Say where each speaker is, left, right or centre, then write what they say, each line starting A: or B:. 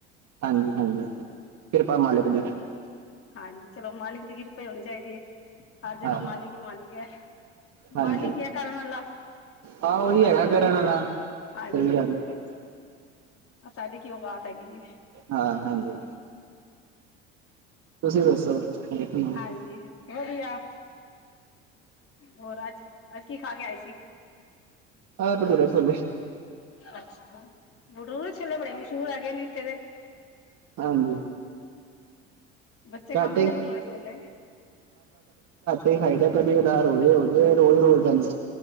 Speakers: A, on the right; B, on the left.
A: ਹਾਂਜੀ, ਹਾਂਜੀ। <unintelligible>
B: ਹਾਂਜੀ ਚਲੋ ਮਾਲਿਕ ਦੀ ਕਿਰਪਾ ਈ ਹੋਣੀ ਚਾਹੀਦੀ ਹੈ ਹਰ ਜਗ੍ਹਾ
A: ਹਾਂ
B: ਮਾਲਿਕ ਹੀ ਮਾਲਿਕ ਹੈ।
A: ਹਾਂਜੀ
B: ਮਾਲਿਕ ਹੀ ਕਰਨ ਵਾਲਾ
A: ਹਾਂ ਉਹੀ ਹੈਗਾ
B: ਅਸੀਂ ਕੌਣ
A: ਕਰਨ
B: ਆ
A: ਵਾਲਾ
B: ਹਾਂਜੀ।
A: ਸਹੀ ਗੱਲ ਹੈ
B: ਸਾਡੀ ਕੀ ਔਕਾਤ ਹੈਗੀ ਏ।
A: ਹਾਂ ਹਾਂਜੀ ਤੁਸੀਂ ਦੱਸੋ ਹੋਰ <unintelligible>
B: ਹਾਂਜੀ ਵਧੀਆ ਹੋਰ ਅੱਜ, ਅੱਜ ਕੀ ਖਾ ਕੇ ਆਏ ਸੀ।
A: <unintelligible> ਭਟੂਰੇ ਛੋਲੇ
B: ਅੱਛਾ ਭਡੂਰ ਛੋਲੇ ਬੜੇ ਮਸ਼ਹੂਰ ਹੈਗੇ ਨੇ ਇੱਥੇ ਦੇ।
A: ਹਾਂਜੀ।
B: ਬੱਚੇ
A: <unintelligible>
B: ਖਾਂਦੇ
A: ਘਰ
B: ਨੇ ਭਟੂਰੇ ਛੋਲੇ
A: ਹੀ ਖਾਈਦਾ ਕਦੀ ਕਦਾਾਰ ਹੋਜਾਏ, ਹੋਜਾਏ ਰੋਜ਼ ਰੋਜ਼ਦਾ ਨਹੀ।